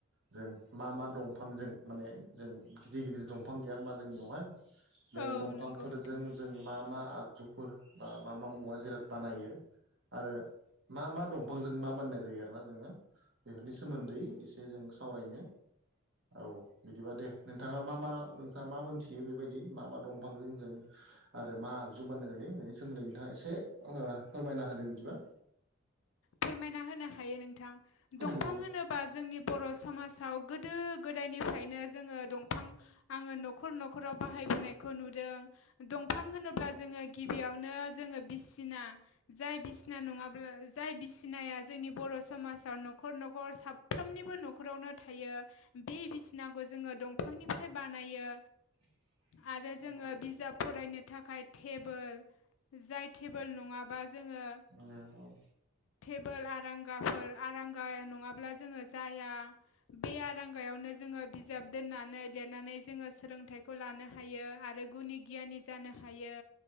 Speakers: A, on the right; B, on the left.
A: जों दंफांजों माने जों गिदिर गिदिर दंफां गैया हबा जोंनियावहाय बे
B: औ
A: दंफांफोरजों
B: नंगौ नोंथां
A: जों मा मा आगजुफोर बा मा मा मुवा जेराव बानायो आरो मा मा दंफांजों मा बाननाय जायो आरो ना जोङो बेफोरनि सोमोन्दै
B: औ
A: एसे जों सावरायनो औ बिदिबा दे नोंथाङा मा मा नोंथाङा मा मोनथियो बेबायदि मा मा। दंफांजों जों आरो मा? जुम बानायनाय जायो बेनि सोमोन्दै नोंथाङा एसे फोरमायना होदो बिदिबा।
B: फोरमायना होनो हायो नोंथां दंफां
A: नंगौ
B: होनोब बा जोंनि बर समाजाव गोदो गोदायनिफ्रायनो जोङो दंफां आङो नखर नखराव बाहायबोनायखौ नुदों। दंफां होनोब्ला जोङो गिबियावनो जोङो बिसिना। जाय बिसिना नङाब्ला। जाय बिसिनाया जोंनि बर समाजाव नखर नखर साफ्रोमनिबो नखरावनो थायो। बे बिसिनाखौ जोङो दंफांनिफ्राय बानायो।
A: <inaudible>
B: आरो
A: नंगौ
B: जोङो बिजाब फरायनो थाखाय टेबोल जाय। टेबोल नङाबा जोङो।
A: आरो औ
B: टेबोल आरांगाफोर आरांगाया नङाब्ला जोङो जाया। बे आरांगायावनो जोङो बिजाब दोननानै लिरनानै जोङो सोलोंथाइखौ लानो हायो आरो गुनि गियानि जानो हायो।